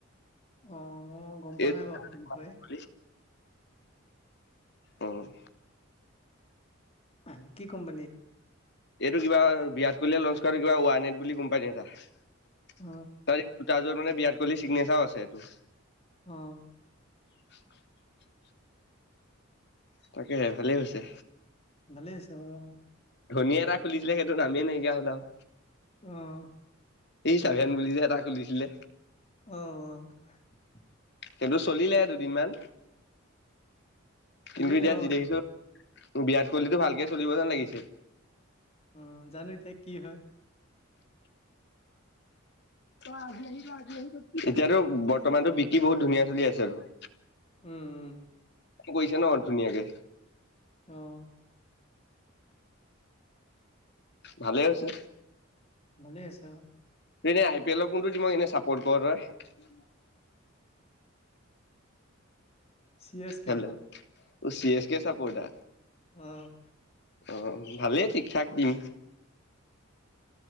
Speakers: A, on the left; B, on the left.
A: অ মই গম পোৱা
B: এই
A: নাই বাৰু সেইটো বিষয়ে
B: অ',
A: আহ কি কোম্পানী?
B: এইটো কিবা বিৰাট কোহলিয়ে লঞ্চ কৰে কিবা ৱানেট বুলি কোম্পানী এটা। তাৰ
A: অ',
B: এই জোতা যোৰত মানে বিৰাট কোহলি চিগনেচাৰো আছে এইটো।
A: অ',
B: <inaudible> তাকে হে ভালেই হৈছে।
A: ভালে আছে বাৰু অ',
B: ধনীয়ে এটা খুলিছিলে সেইটো নামেই নাইকিয়া হ'ল আৰু।
A: অ',
B: এই চাভোন বুলি যে এটা খুলিছিলে।
A: অ',
B: সেইটো চলিলে দুদিনমান
A: চলিলে
B: কিন্তু এতিয়া
A: অ',
B: যি দেখিছো বিৰাট কোহলিটো ভালকে চলিব যেন লাগিছে।
A: অ', জানো এতিয়া কি হয়।
B: এতিয়াতো বৰ্তমানটো বিকি বহুত ধুনীয়া চলি আছে আৰু
A: উম,
B: কৰিচে ন' ধুনীয়াকে।
A: অ',
B: ভালে হৈছে।
A: ভালে আছে অ',
B: এনে আই পি এলৰ কোনটো টীমক এনে চাপৰ্ট ক'ৰ' তই?
A: C S K.
B: Hello C S K supporter.
A: উম,
B: অ' ভালে ঠিক ঠাক উম,